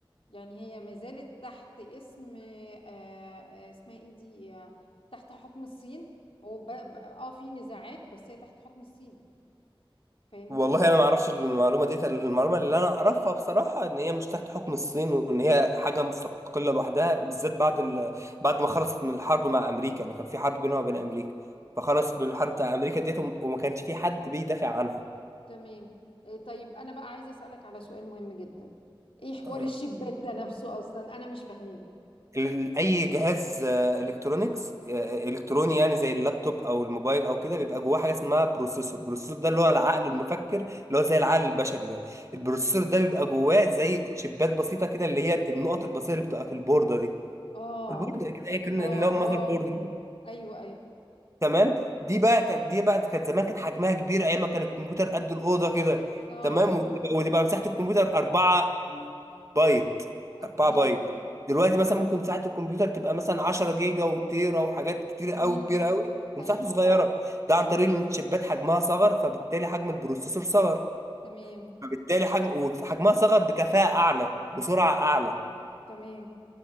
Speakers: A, on the left (about 80°); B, on the right (about 35°).
A: يعني هي ما زالت تحت اسم آه، آه، اسمها ايه دي آه، تحت حكم الصين هو ب- ب- اه في نزاعات بس هي تحت حكم الصين فاهمني
B: والله انا ما اعرفش المعلومه دي المعلومه اللي انا اعرفها بصراحه ان هي مش تحت حكم الصين وان هي حاجه مستقله لوحدها بالذات بعد ال... بعد ما خلصت من الحرب مع امريكا يعني كان في حرب بينها وبين امريكا فخلص من الحرب بتاع امريكا ديت وم- وما كانش في حد بيدافع عنها
A: تمام آه، طيب انا بقى عايزه اسالك على سؤال مهم جدا ايه حوار
B: آه.
A: الشبات ده نفسه اصلا انا مش فاهماه
B: ال- اي جهاز الكترونيكس الكتروني يعني زي اللابتوب او الموبايل او كده بيبقى جواه حاجه اسمها بروسيسور البروسيسور ده اللي هو العقل المفكر اللي هو زي العقل البشري ده البروسيسور ده بيبقى جواه زي تشيبات بسيطه كده اللي هي النقط البسيطه اللي بتبقى في البورده دي
A: اه
B: البورده كده هي كان
A: اه
B: اللي هو المذر بورد
A: اه ايوه ايوه
B: تمام دي بقى كانت دي بقى كانت زمان كان حجمها كبير ايام ما كان الكمبيوتر قد الاوضه كده
A: اه
B: تمام وتبقى وتبقى مساحه الكمبيوتر 4 بايت
A: اوكي
B: 4 بايت دلوقتي مثلا ممكن مساحه الكمبيوتر تبقى مثلا 10 جيجا وتيرا وحاجات كتير
A: امم
B: قوي كبيره قوي ومساحته
A: ايوه
B: صغيره ده عن طريق ان الشيبات حجمها صغر فبالتالي حجم البروسيسور صغر
A: تمام
B: فبالتالي حجم وحجمها صغر بكفاءه اعلى بسرعه اعلى
A: تمام